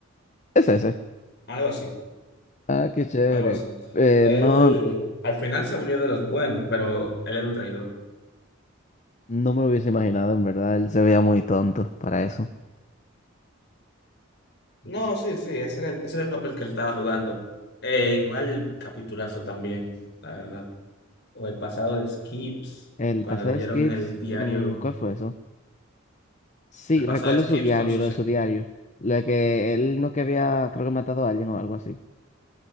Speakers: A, on the left; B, on the left.
A: Es ese.
B: algo así.
A: Ah, qué chévere.
B: algo así.
A: Eh,
B: Él
A: no,
B: al final se volvió de los buenos, pero él era un traidor.
A: no me lo hubiese imaginado, en verdad. Él se veía muy tonto para eso.
B: No, sí, sí, ese era el, ese era el papel que él estaba jugando. Eh, igual capitulazo también, la verdad. O el pasado de Skips,
A: El
B: cuando
A: pasado
B: leyeron
A: de Skirs,
B: el diario,
A: mm, ¿cuál fue eso? Sí,
B: el pasado
A: recuerdo
B: de Skips
A: su diario,
B: con sus...
A: lo de su diario. Lo de que él no que había, creo que matado a alguien o algo así.